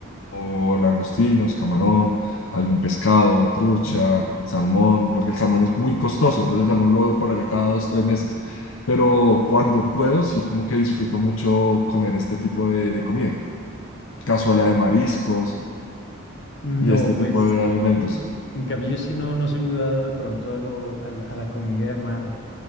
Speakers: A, on the left; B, on the left.
A: o langostinos, camarón, algún pescado, trucha, salmón, porque el salmón es muy costoso, entonces el salmón lo veo por allá cada dos, tres meses. Pero cuando puedo, sí, como que disfruto mucho comer este tipo de, de comida. Cazuela de mariscos
B: No,
A: y este tipo
B: pues,
A: de alimentos.
B: eh, en cambio yo sí no, no soy muy dado de pronto a, lo, a, la a la comida de mar.